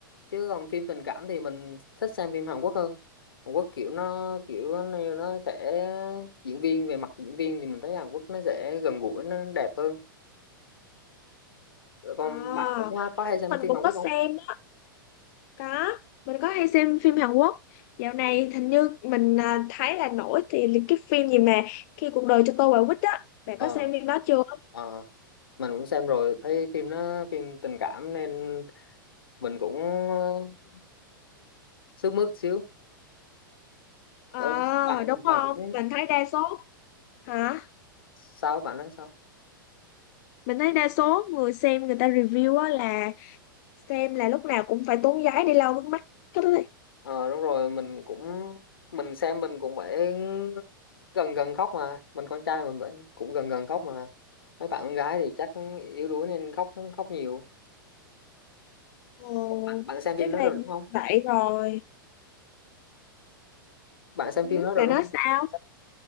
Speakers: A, on the left; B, on the left.
A: Chứ còn phim tình cảm thì mình thích xem phim Hàn Quốc hơn. Hàn Quốc kiểu nó kiểu nó, nó sẽ diễn viên về mặt diễn viên thì mình thấy Hàn Quốc nó sẽ gần gũi nó đẹp hơn. Còn
B: À,
A: bạn cũng
B: Hàn
A: có hay
B: Quốc
A: xem
B: mình
A: phim
B: cũng
A: Hàn Quốc
B: có
A: không?
B: xem á có mình có hay xem phim Hàn Quốc dạo này hình như mình ờ, thấy là nổi thì là cái phim gì mà khi cuộc đời cho tôi quả quýt á bạn
A: Ờ.
B: có xem phim đó chưa?
A: ờ. mình cũng xem rồi thấy phim nó phim tình cảm nên mình cũng ờ, sức mướt xíu
B: Ờ
A: ờ, bạn
B: đúng
A: bạn
B: không?
A: cũng
B: Mình thấy đa số hả?
A: sao bạn nói sao
B: Mình thấy đa số người xem người ta review á là xem là lúc nào cũng phải tốn giấy đi lau nước mắt hết đấy
A: ờ đúng rồi mình cũng mình xem mình cũng phải gần gần khóc mà mình con trai mình vẫn cũng gần gần khóc mà mấy bạn con gái thì chắc yếu đuối nên khóc khóc nhiều
B: Ồ,
A: bạn, bạn xem phim
B: chắc
A: đó
B: là
A: rồi đúng không
B: vậy rồi
A: bạn xem
B: ừ,
A: phim đó rồi
B: bạn
A: đúng
B: nói
A: không
B: sao